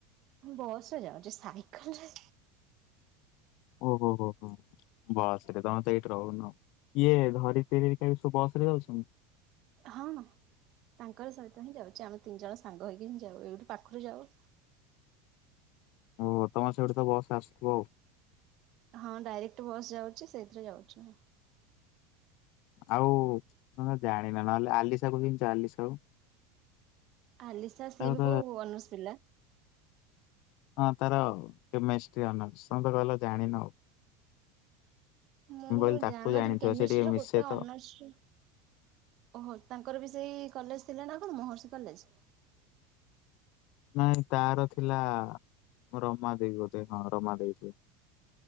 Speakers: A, on the right (about 50°); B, on the left (about 60°).
A: ବସ ରେ ଯାଉଛି ସାଇକଲରେ
B: ଓହୋ ହୋ ହୋ। ବସ ରେ ତମେ ତ ଏଇଠି ରହୁନ ଇଏ ଧରତିରି <unintelligible> ସବୁ ବସ ରେ ଯାଉଛନ୍
A: ହଁ ତାଙ୍କର ସହିତ ହିଁ ଯାଉଛି ଆମେ ତିନି ଜଣ ସାଙ୍ଗ ହେଇକି ହିଁ ଯାଉ ଏଇଠୁ ପାଖରୁ ଯାଉ।
B: ଓ ତମର ସିଆଡୁ ତ ବସ ଆସୁଥିବ।
A: ହଁ ଡାଇରେକ୍ଟ ବସ୍ ଯାଉଛି ସେଇଥିରେ ଯାଉଛି।
B: ଆଉ ଜାଣିନ ନହେଲେ ଆଲିସା କୁ ଚିହିଁଛ ଆଲିସାକୁ?
A: ଆଲିସା ସିଏ
B: ତାର
A: ବି
B: ତ
A: କୋଉ ଅନର୍ସ ପିଲା?
B: ହଁ ତାର କେମେଷ୍ଟ୍ରି ଅନର୍ସ ତମେ ତ କହିଲ ଜାଣିନ ଆଉ।
A: ମୁଁ
B: କହିଲି ତାକୁ
A: ଜାଣିନଥିଲି
B: ଜାଣିଥିବ
A: କେମିଷ୍ଟ୍ରି
B: ସେ ଟିକେ
A: ର
B: ମିଶେ
A: ଗୋଟେ
B: ତ
A: ଅନର୍ସ ଓହୋ ତାଙ୍କର ବି ସେଇ କଲେଜ ଥିଲା ନା କଣ ମହର୍ଷି କଲେଜ।
B: ନାଇଁ ତାର ଥିଲା ରମାଦେବି ବୋଧେ ହଁ ରମାଦେଇ ଥିଲା।